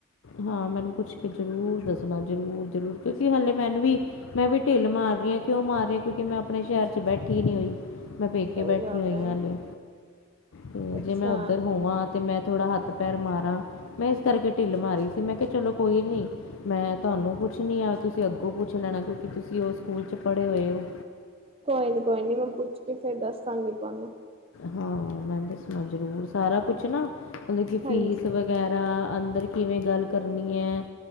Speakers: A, on the left (about 75°); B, on the right (about 30°).
A: ਹਾਂ ਮੈ ਉਹਨੂੰ ਪੁੱਛ ਕੇ ਜ਼ਰੂਰ ਦੱਸਣਾ, ਜ਼ਰੂਰ, ਜ਼ਰੂਰ ਕਿਉਂਕਿ ਹਾਲੇ ਮੈਨੂੰ ਵੀ ਮੈਂ ਵੀ ਢਿੱਲ ਮਾਰ ਰਹੀ ਆ, ਕਿਉਂ ਮਾਰ ਰਹੀ, ਕਿਉਂਕਿ ਮੈਂ ਆਪਣੇ ਸ਼ਹਿਰ 'ਚ ਬੈਠੀ ਨੀ ਹੋਈ। ਮੈਂ ਪੇਕੇ
B: ਸਹੀ
A: ਬੈਠੀ
B: ਗੱਲ
A: ਹੋਈ
B: ਹੈ
A: ਹਾਂ ਹਲੇ, ਤੇ
B: ਅੱਛਾ
A: ਜੇ ਮੈਂ ਉੱਧਰ ਹੋਵਾਂ? ਤੇ ਮੈਂ ਥੋੜਾ ਹੱਥ ਪੈਰ ਮਾਰਾ, ਮੈਂ ਇਸ ਕਰਕੇ ਢਿੱਲ ਮਾਰੀ ਸੀ, ਮੈਂ ਕਿਹਾ ਚਲੋ ਕੋਈ ਨੀ ਮੈਂ ਤੁਹਾਨੂੰ ਪੁੱਛਣੀ ਆ, ਤੁਸੀਂ ਅੱਗੋਂ ਪੁੱਛ ਲੈਣਾ, ਕਿਉਂਕਿ ਤੁਸੀਂ ਉਹ ਸਕੂਲ 'ਚ ਪੜ੍ਹੇ ਹੋਏ ਹੋ।
B: ਕੋਈ ਨੀ, ਕੋਈ ਨੀ ਮੈਂ ਪੁੱਛ ਕੇ ਫੇਰ ਦੱਸਾਂਗੀ ਤੁਹਾਨੂੰ।
A: ਹਾਂ, ਮੈਂ ਦੱਸਣਾ ਜਰੂਰ ਸਾਰਾ ਕੁਛ ਨਾ, ਮਤਲਬ ਕਿ
B: ਹਾਂਜੀ
A: ਫੀਸ ਵਗੈਰਾ ਐ ਅੰਦਰ ਕਿਵੇਂ ਗੱਲ ਕਰਨੀ ਹੈ।